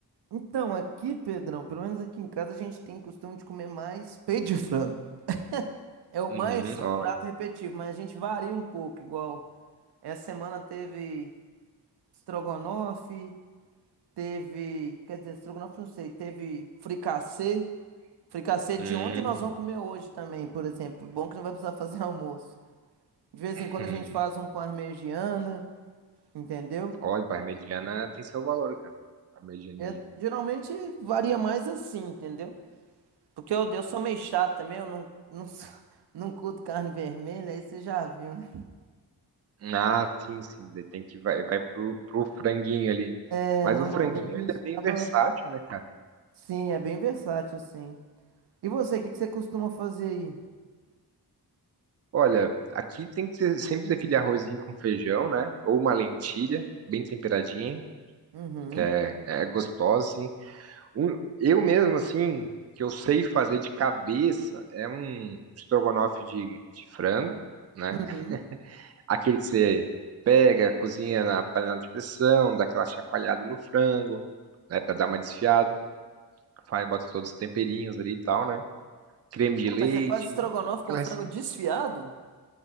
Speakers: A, on the right (about 75°); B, on the right (about 40°).
A: Então, aqui, Pedrão, pelo menos aqui em casa a gente tem costume de comer mais peito de frango. É o
B: Uhum,
A: mais o
B: olha.
A: prato repetitivo, mas a gente varia um pouco, igual essa semana teve estrogonofe, teve, quer dizer, estrogonofe não sei, teve fricassê. Fricassê
B: Hum,
A: de ontem nós vamos comer hoje também, por exemplo. Bom que não vai precisar fazer <laughs> almoço. De vez em quando
B: hum.
A: a gente faz um parmegiana, entendeu?
B: Olha, parmegiana tem seu valor, cara. Parmegianinha.
A: Eu, geralmente varia mais assim, entendeu? Porque eu, eu sou meio chato também, eu não, não, sou- <laughs> não curto carne vermelha, aí você já viu, né?
B: Ah, sim, sim. Daí tem que vai, vai pro, pro franguinho ali.
A: É,
B: Mas
A: normalmente
B: o franguinho ele
A: a gente
B: é bem
A: acaba.
B: versátil, né, cara?
A: Sim, é bem versátil, sim. E você, o que que você costuma fazer aí?
B: Olha, aqui tem que ter sempre aquele arrozinho com feijão, né? Ou uma lentilha bem temperadinha,
A: Uhum,
B: que é, é gostosa, assim. Um- eu mesmo, assim, que eu sei fazer de cabeça, é um estrogonofe de, de frango, né?
A: uhum.
B: Aquele que você pega, cozinha na panela de pressão, dá aquela chacoalhada no frango, né, para dar uma desfiada. Faz, bota todos os temperinhos ali e tal, né? Creme de
A: Ah,
B: leite.
A: mas você faz estrogonofe
B: aquelas-
A: com frango desfiado?